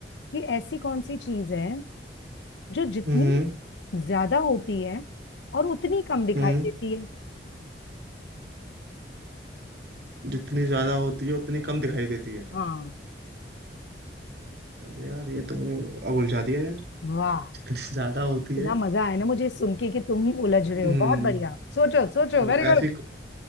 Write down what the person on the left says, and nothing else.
ये ऐसी कौन सी चीज है जो जितनी
ज्यादा होती है और उतनी कम दिखाई
देती है
हाँ
वाह
इतना मजा आया ना मुझे ये सुन के कि तुम ही उलझ रहे
हो बहुत बढ़िया सोचो सोचो
वेरी
गुड